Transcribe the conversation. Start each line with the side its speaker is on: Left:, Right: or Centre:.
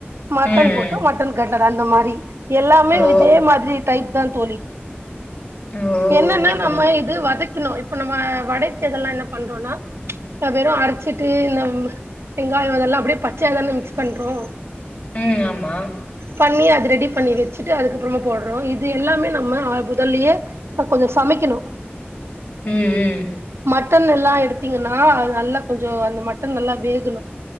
Right: மட்டன்
Left: ம் ம்
Right: போட்டா மட்டன் கட் ந்தர அந்த மாரி எல்லாமே
Left: ஓ
Right: இதே மாதிரி டைப் தான் தோழி
Left: ஓ
Right: என்னன்னா
Left: ஓகே தோழி
Right: நம்ம
Left: ஓகே தோழி
Right: இப் <unintelligible> இப்ப நம்ம வடைக்குதெல்லா என்ன பண்றோனா வெறு அரச்சிட்டு இந்த வெங்காயோ அதெல்லா அப்டியே பச்சையதான மிக்ஸ் பண்றோ
Left: ம் ஆமா
Right: பண்ணி அது ரெடி பண்ணி வெச்சிட்டு அதுக்கப்புறமா போட்றோ இது எல்லாமே நம்ம புதல்லயே கொஞ்ச சமைக்கணு
Left: ம் ம்
Right: மட்டன் எல்லா எடுத்தீங்கன்னா அது நல்லா கொஞ்சோ அந்த மட்டன் நல்லா வேகணு